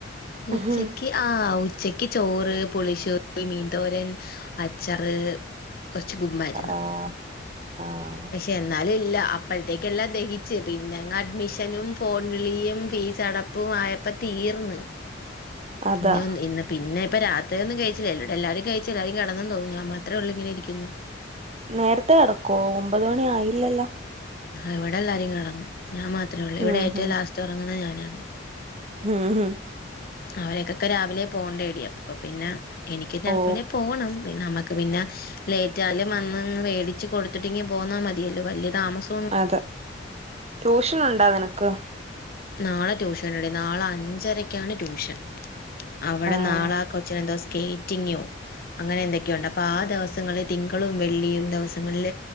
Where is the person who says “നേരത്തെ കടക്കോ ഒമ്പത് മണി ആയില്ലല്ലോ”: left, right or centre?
Right